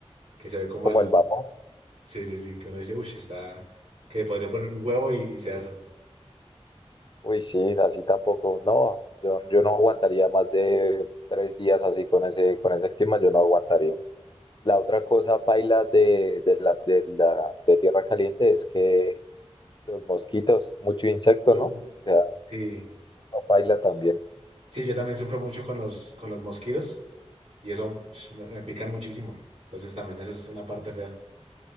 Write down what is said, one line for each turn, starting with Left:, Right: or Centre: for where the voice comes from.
Right: que se ve como
Left: Como
Right: el...
Left: el vapor.
Right: Sí, sí, sí, que uno dice, uff, está... que podría poner un huevo y, y se asa.
Left: Uy, sí, así tampoco. No, yo, yo no aguantaría más de tres días así con ese, con ese clima, yo no aguantaría. La otra cosa, paila, de, de la, de la, de tierra caliente es que los mosquitos, mucho insecto,
Right: Uh,
Left: ¿no? O sea,
Right: Sí,
Left: no paila también.
Right: Sí, yo también sufro mucho con los, con los mosquitos y eso pf, me, me pican muchísimo. Entonces también eso es una parte fea.